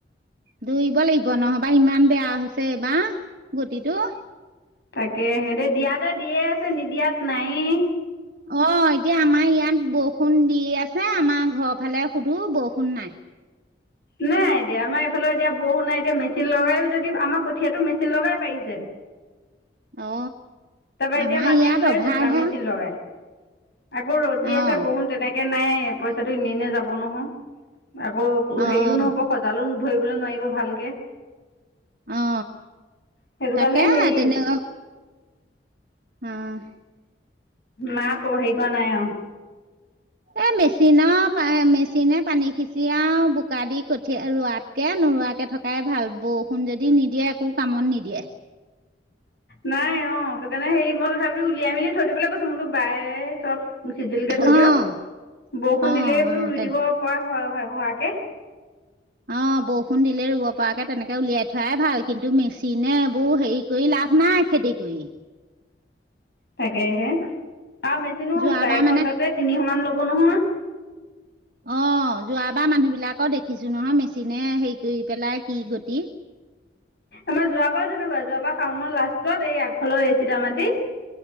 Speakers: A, on the right (about 50°); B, on the left (about 60°).
A: দৌৰিব লাগিব নহবা ইমান বেয়া হৈছে এইবাৰ গতিটো
B: তাকে সে দেই দিয়াতে দিয়ে আছে নিদিয়াত নাইয়ে
A: অ এতিয়া আমাৰ ইয়াত বৰষুণ দি আছে আমাৰ ঘৰৰ ফালে সুধো বৰষুণ নাই
B: নাই এতিয়া আমাৰ এইফালে এতিয়া বৰষূণ নাই এতিয়া মেচিন লগায়ো যদি আমাৰ কঠীয়াটো মেচিন লগাই পাৰিছে
A: অ
B: তাপা এতিয়া
A: আমাৰ
B: মাটি
A: ইয়াত
B: ৰুৱে
A: অভাৰহে
B: যেনিবা মেচিন লগাই আকৌ ৰ'দ দি
A: অ',
B: আছে বৰষুণ তেনেকে নাই পইচাটো এনে এনে যাব নহয় আকৌ
A: অ',
B: হেৰিও নহ'ব সজালো ধৰিবলে নোৱাৰিব ভালকে
A: অ
B: সেইটো
A: তাকে
B: কাৰণে হেৰি
A: তেনে উম
B: নাই প হেৰি কৰা নাই আৰু
A: এ মেচিনৰ পা মেচিনে পানী সিচি আৰু বোকা দি কঠিয়া ৰোৱাত এ নোৰোৱাকে থকাই ভাল বৰষুণ যদি নিদিয়ে একো কামত নিদিয়ে
B: নাই অ সেইটো কাৰণে হেৰি মই তথাপিতো উলিয়াই মেলি থৈ দিবলৈ কৈছো মইতো বায়ে চব চিজিলকে থৈ
A: অঁ
B: দিয়ক বৰষুণ
A: অঁ
B: দিলেই বোলো
A: অঁ
B: ৰুই
A: তেন
B: দিব পৰা হয় হয় হোৱাকে
A: অ বৰষুণ দিলে ৰুব পৰাকে তেনেকে উলিয়াই থোৱাই ভাল কিন্তু মেচিনে এইবোৰ হেৰি কৰি লাভ নাই খেতি কৰি
B: তাকেহে আৰু মেচিনো হবলা
A: যোৱাবাৰ
B: এঘন্টাতে
A: মানে
B: তিনিশ মান ল'ব নহয়
A: অ যোৱাবাৰ মানুহ বিলাকৰ দেখিছো নহয় মেচিনে হেৰি কৰি পেলাই কি গতি
B: আমাৰ যোৱাবাৰ তেনেকুৱা যোৱাবাৰ শাওনৰ লাষ্টত এই আগফালৰ এই চিতা মাটি